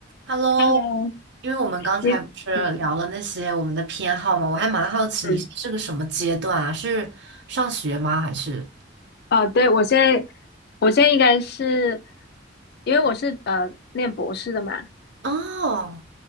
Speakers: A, on the right; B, on the left.
A: Hello，
B: Hello，
A: 因为我们刚才不是聊了那些我们的偏好嘛，
B: 你嗯
A: 我还蛮好奇你是个什么阶段啊？
B: 嗯
A: 是上学吗？还是？
B: 啊，对，我现在我现在应该是因为我是呃念博士的嘛，
A: 哦